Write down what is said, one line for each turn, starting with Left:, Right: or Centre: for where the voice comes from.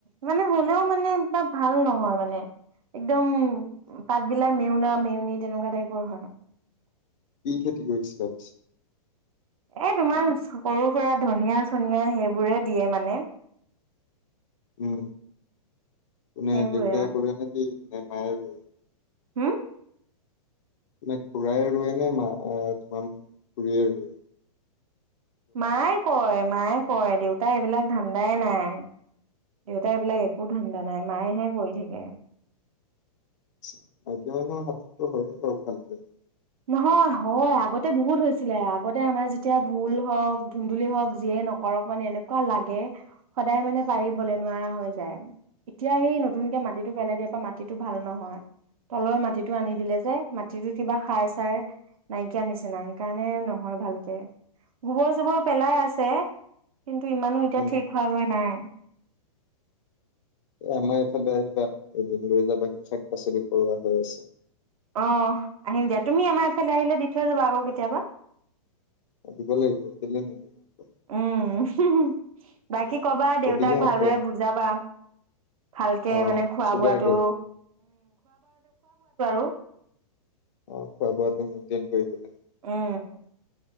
Right: মানে হলেও মানে কিবা ভাল নহয় মানে একদম পাতবিলাক মেওনা মেওনি তেনেকুৱা টাইপৰ হয়।
Left: কি খেতি কৰিছিলা পিছে।
Right: এ তোমাৰ সৰু সুৰা ধনীয়া চনীয়া সেইবোৰে দিয়ে মানে।
Left: উম। কোনে
Right: সেইবোৰে
Left: দেউতায়ে
Right: আৰু।
Left: কৰে নেকি? <unintelligible>
Right: হুম
Left: নাই খুৰাই ৰোৱে নে মাৰ এই তোমাৰ খুৰীয়ে ৰুই?
Right: মায়েই কৰে, মাই কৰে দেউ দেউতাই এইবিলাক ধান্দাই নাই, দেউতাৰ এইবিলাক একো ধান্দা নাই, মায়েহে কৰি থাকে।
Left: <unintelligible>
Right: নহয় হয়, আগতে বহুত হৈছিলে, আগতে আমাৰ যেতিয়া ভোল হওক, ধুন্দুলী হওক যিয়েই নকৰক হয়নে এনেকুৱা লাগে, সদায় মানে <unintelligible>
Left: উম
Right: বলে নোৱাৰা হৈ যায়। এতিয়া এই নতুনকৈ মাটিটো পেলাই দিয়াৰপৰা মাটিটো ভাল নহয়। তলৰ মাটিটো আনি দিলে যে, মাটিটো কিবা সাৰ <unintelligible>
Left: উম
Right: নাইকীয়া নিচিনা, সেইকাৰণে নহয় ভালকে। গোবৰ-চোবৰ ও পেলাই আছে। কিন্তু ইমানো এতিয়া
Left: উম
Right: থিক হোৱাগৈ নাই।
Left: অ আমাৰ এইফালে আহিবা, <unintelligible> লৈ যাবাহি, চব পাচলি কৰা হৈ আছে।
Right: অহ, আহিম দিয়া। তুমি আমাৰ এইফালে আহিলে দি থৈ যাবা আকৌ কেতিয়াবা।
Left: <unintelligible>
Right: ও, হো হো, বাকী, কবা দেউতাক
Left: এবিঘা
Right: ভালদৰে
Left: এ
Right: বুজাবা। ভালকে
Left: অ
Right: মানে খোৱা-বোৱাটো,
Left: চুগাৰটো
Right: ও <unintelligible>
Left: অ' খোৱা- বোৱাটো মেইন্টেন কৰিব লাগে।
Right: অ'।